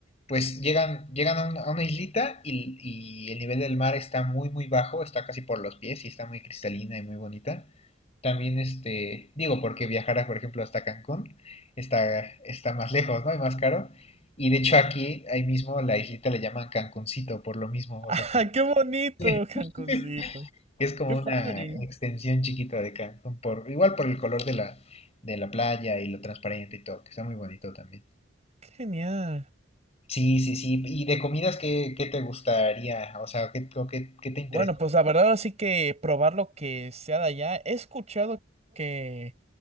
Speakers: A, on the left; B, on the right.
A: pues llegan, llegan a, un- a una islita y, y el nivel del mar está muy, muy bajo, está casi por los pies y está muy cristalina y muy bonita. También, este, digo, porque viajar, por ejemplo, hasta Cancún está, está más lejos, ¿no? Y más caro. Y de hecho aquí, ahí mismo, la islita le llaman Cancuncito por lo mismo,
B: <laughs>
A: o
B: ¡Ah,
A: sea,
B: qué bonito,
A: que-
B: Cancuncito!
A: <laughs> Es como
B: ¡Qué padre!
A: una extensión chiquita de Cancún, por, igual por el color de la, de la playa y lo transparente y todo, que está muy bonito también.
B: ¡Qué genial!
A: Sí, sí, sí. ¿Y de comidas qué, qué te gustaría? O sea, ¿qué, o qué, qué te interesa?
B: Bueno, pues la verdad así que probar lo que sea de allá. He escuchado que,